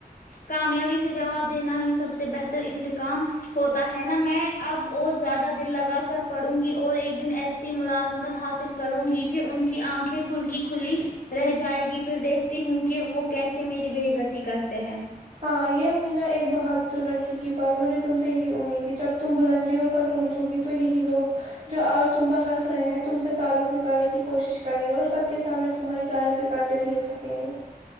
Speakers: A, on the left; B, on the right.
A: کامیابی سے جواب دینا ہی سب سے بہتر انتقام ہوتا ہے نا میں اب اور زیادہ دل لگا کر پڑھوں گی اور ایک دن ایسی ملازمت حاصل کروں گی کہ ان کی آنکھیں کھل کی کھلی رہ جائے گی پھر دیکھتی ہوں کہ وہ کیسے میری بےعزتی کرتے ہیں
B: ہاں یہ ہوئی نہ ایک بہادر لڑکی حبا مجھے تم سے یہی امید تھی جب تم بلندیوں پر پہنچو گی تو یہی لوگ جو آج تم پر ہنس رہے ہیں تم سے تعلق نکالنے کی کوشش کریں گے اور سب کے سامنے تمہاری تعریفی کرتے نہیں تھکیں گے